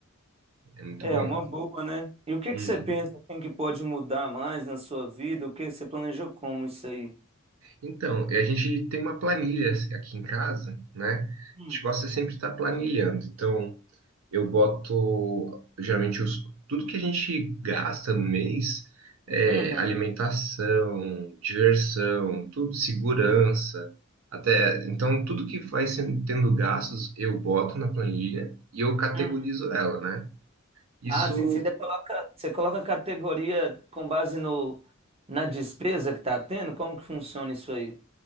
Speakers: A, on the right; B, on the right.
A: É muito
B: É
A: bom.
B: uma boa, né? E o que
A: Uhum.
B: que você pensa assim, que pode mudar mais na sua vida? O que você planejou como isso aí?
A: Então, a gente tem uma planilha aqui em casa, né? A
B: Hum.
A: gente gosta sempre de estar planilhando. Então, Eu boto geralmente os, tudo que a gente gasta no mês é
B: Uhum,
A: alimentação, diversão, tudo, segurança, até então tudo que vai sendo, tendo gastos eu boto na planilha e eu categorizo
B: uhum.
A: ela, né? Isso
B: Ah, sim, sim. você coloca, você coloca a categoria com base no, na despesa que está tendo? Como que funciona isso aí?